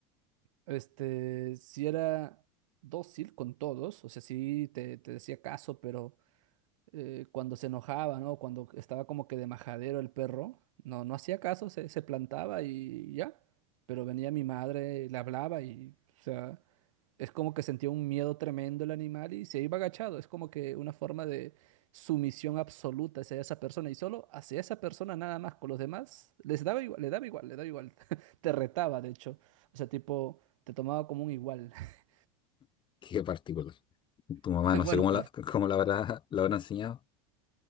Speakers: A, on the right; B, on the left.
A: este, si era dócil con todos, o sea, sí te, te decía caso, pero eh, cuando se enojaba, ¿no? Cuando estaba como que de majadero el perro, no, no hacía caso, se, se plantaba y ya. Pero venía mi madre, le hablaba y, o sea, es como que sentía un miedo tremendo el animal y se iba agachado. Es como que una forma de sumisión absoluta hacia esa persona y solo hacia esa persona nada más. Con los demás les daba igual, le daba igual, le daba igual. <laughs> Te retaba, de hecho. O sea, tipo, te tomaba como un igual. <laughs>
B: qué particular. Tu mamá no
A: Bueno,
B: sé cómo la, <laughs> cómo la habrá, la habrá enseñado.